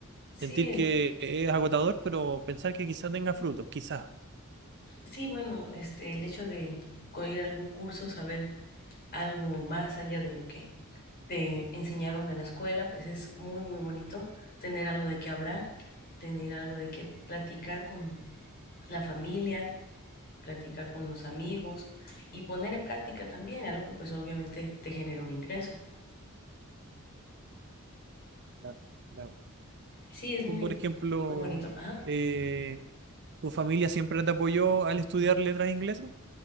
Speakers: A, on the left (about 45°); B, on the right (about 55°).
A: Sí,
B: Sentir que es agotador, pero pensar que quizás tenga frutos, quizás.
A: Sí, bueno, este, el hecho de co- ir a algún curso, saber algo más allá de lo que te enseñaron en la escuela, pues es muy, muy bonito tener algo de qué hablar, tener algo de qué platicar con la familia, platicar con los amigos y poner en práctica también algo que pues obviamente te genera un ingreso.
B: Claro, claro.
A: Sí, es muy,
B: Tú, por ejemplo...
A: muy bonito. Ajá.
B: eh, ¿Tu familia siempre te apoyó al estudiar letras inglesas?